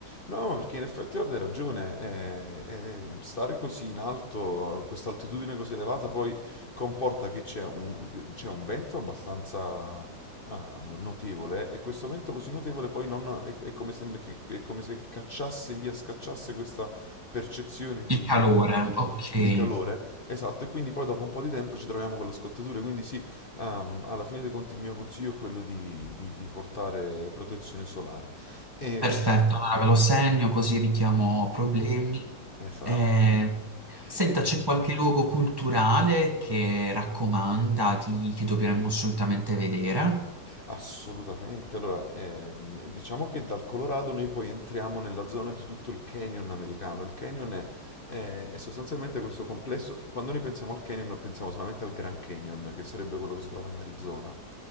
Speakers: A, on the left; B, on the right.
A: No, ma perché in effetti guarda, hai ragione, eh, eh, stare così in alto, a questa altitudine così elevata, poi comporta che c'è un, c'è un vento abbastanza ah, notevole e questo vento così notevole poi non, è, è come se, che- che- è come se cacciasse via, scacciasse questa percezione di,
B: Il calore, ok.
A: di calore, esatto, e quindi poi dopo un po' di tempo ci troviamo con le scottature, quindi sì, ehm, alla fine dei conti il mio consiglio è quello di, di- di portare protezione solare. E-
B: Perfetto, allora ve lo segno così evitiamo problemi.
A: Esatto.
B: Eh, senta,
A: E
B: c'è qualche luogo culturale che raccomanda di- che dovremmo assolutamente vedere?
A: Assolutamente. Allora, ehm, diciamo che dal Colorado noi poi entriamo nella zona di tutto il canyon americano. Il canyon è, è- è sostanzialmente questo complesso. Quando noi pensiamo al canyon, pensiamo solamente al Grand Canyon, che sarebbe quello che si trova in Arizona.